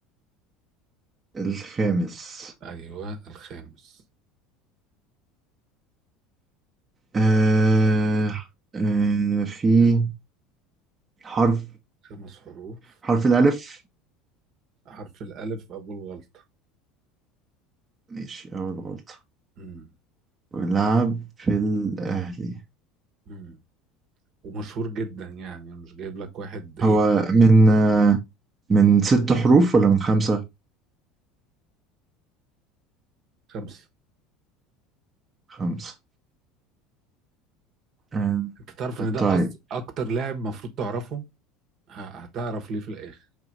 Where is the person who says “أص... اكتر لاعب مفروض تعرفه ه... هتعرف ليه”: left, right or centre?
Right